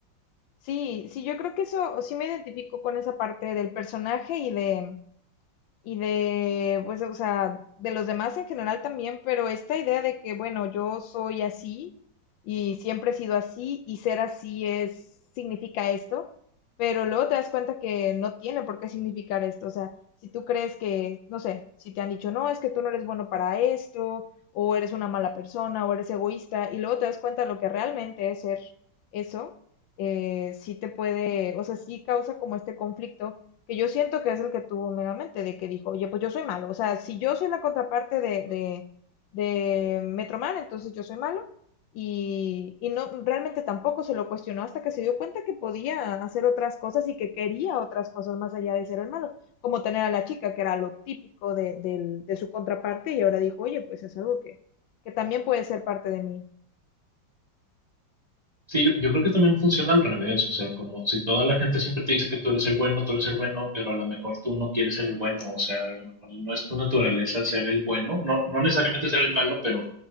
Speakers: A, on the left; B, on the right.
A: Sí, sí, yo creo que eso, sí me identifico con esa parte del personaje y de, y de, pues, o sea, de los demás en general también, pero esta idea de que, bueno, yo soy así y siempre he sido así y ser así es, significa esto, pero luego te das cuenta que no tiene por qué significar esto, o sea, si tú crees que, no sé, si te han dicho, no, es que tú no eres bueno para esto, o eres una mala persona, o eres egoísta, y luego te das cuenta de lo que realmente es ser eso, eh, sí te puede, o sea, sí causa como este conflicto que yo siento que es el que tuvo meramente, de que dijo, oye, pues yo soy malo, o sea, si yo soy la contraparte de, de, de Metroman, entonces yo soy malo, y, y no, realmente tampoco se lo cuestionó hasta que se dio cuenta que podía hacer otras cosas y que quería otras cosas más allá de ser el malo, como tener a la chica, que era lo típico de, del- de su contraparte, y ahora dijo, oye, pues es algo que, que también puede ser parte de mí,
B: Sí, yo, yo creo que también funciona al revés, o sea, como si toda la gente siempre te dice que tú eres el bueno, tú eres el bueno, pero a lo mejor tú no quieres ser el bueno, o sea, a lo mejor no es tu naturaleza ser el bueno, no, no necesariamente ser el malo, pero